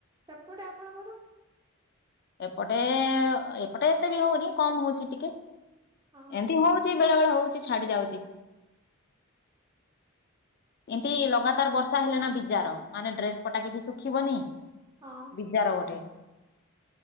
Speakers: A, on the right; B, on the left.
A: ସେପଟେ ଆପଣଙ୍କର?
B: ଏପଟେ, ଏପଟେ ଏତେ ବି ହଉନି କମ ହଉଛି ଟିକେ।
A: ହଁ
B: ଏମିତି
A: ହଁ
B: ହଉଛି, ବେଳେ ବେଳେ ହଉଛି ଛାଡି ଯାଉଛି। ଏମିତି ଲଗାତାର ବର୍ଷା ହେଲେ ନା ବିଜାର, ମାନେ ଡ୍ରେସ ପଟା କିଛି ଶୁଖିବନି।
A: ହଁ।
B: ବିଜାର ଗୋଟେ